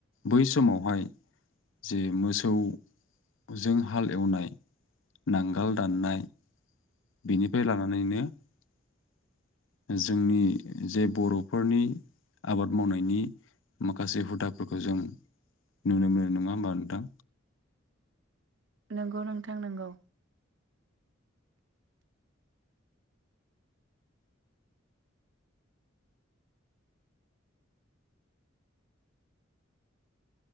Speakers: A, on the left (about 75°); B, on the right (about 65°).
A: बै समावहाय जे मोसौजों हाल एवनाय नांगाल दाननाय बेनिफ्राय लानानैनो जोंनि जे बर'फोरनि आबाद मावनायनि माखासे हुदाफोरखौ जों नुनोमोनो नङा होमबा नोंथां?
B: नंगौ नोंथां नंगौ।